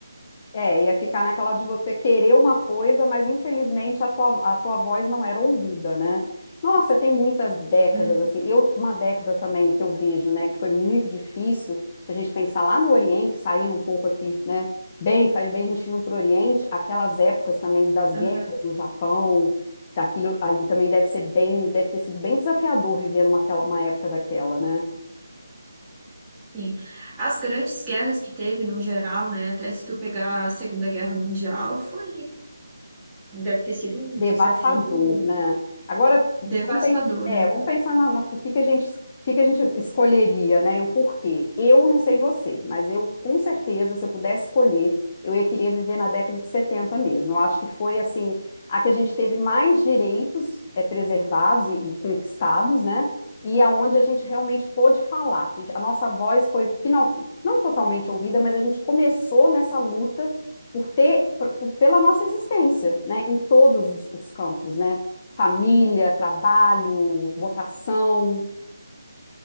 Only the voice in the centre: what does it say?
Hum,
aham,
sim. As grandes guerras que teve, no geral, né? Até se tu pegar a Segunda Guerra Mundial, foi, deve ter sido um
desafio
devastador,
né?